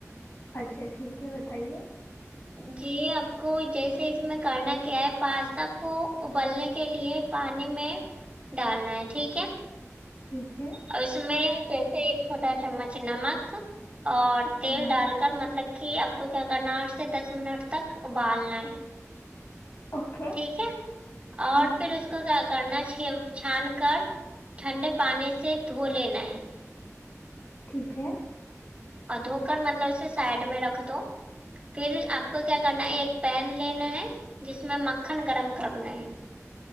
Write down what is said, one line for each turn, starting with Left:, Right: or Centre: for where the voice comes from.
Left: اچھا ٹھیک ہے بتائیے
Right: جی آپ کو جیسے اس میں کرنا کیا ہے پاستا کو ابالنے کے لیے پانی میں ڈالنا ہے ٹھیک ہے
Left: ٹھیک ہے
Right: اور اس میں جیسے ایک چھوٹا چمچ نمک اور تیل
Left: ہاں
Right: ڈال کر مطلب کہ آپ کو کیا کرنا آٹھ سے دس منٹ تک ابالنا ہے
Left: اوکے
Right: ٹھیک ہے اور
Left: ہاں
Right: پھر اس کو کیا کرنا چھا چھان کر ٹھنڈے پانی سے دھو لینا ہے
Left: ٹھیک ہے
Right: اور دھو کر مطلب اسے سائڈ میں رکھ دو پھر آپ کو کیا کرنا ہے ایک پین لینا ہے جس میں مکھن گرم کرنا ہے